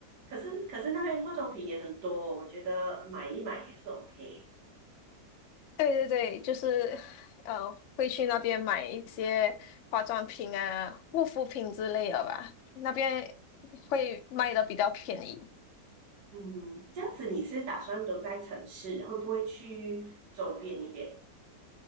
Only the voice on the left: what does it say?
<laughs> 对对对，
就是呃，会去那边买一些化妆品啊、护肤品之类的吧，那边会卖的比较便宜。